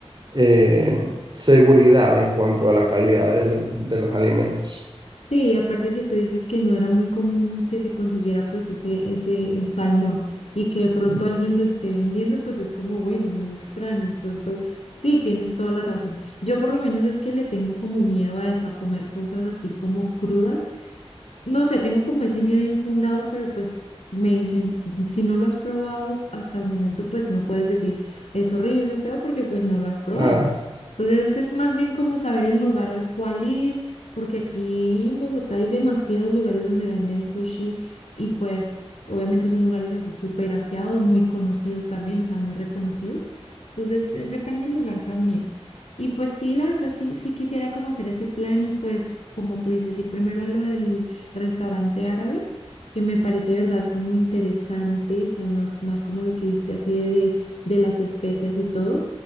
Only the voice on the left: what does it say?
Sí, aparte que tú dices que no era muy común que se consiguiera pues ese, ese salmón y que de pronto
alguien lo esté vendiendo, pues es como, bueno, muy extraño. De pronto, sí, tienes toda la razón. Yo por lo menos es que le tengo como miedo a eso, a comer cosas así como crudas, no sé, tengo como ese miedo infundado, pero pues me dicen, si no lo has probado hasta el momento, pues no puedes decir es horrible, es feo, porque pues no lo has probado.
Entonces es más bien como saber el lugar al cual ir, porque aquí en Bogotá hay demasiados lugares donde venden sushi y pues obviamente son lugares así súper aseados, muy conocidos también, o sea, muy reconocidos. Entonces es depende del lugar también. Y pues sí, la verdad, sí, sí quisiera como hacer ese plan y pues como tú dices, y primero a lo del restaurante árabe, que me parece, ¿verdad? Como interesante, o sea, más, más como lo que dijiste así de, de, de las especias y todo.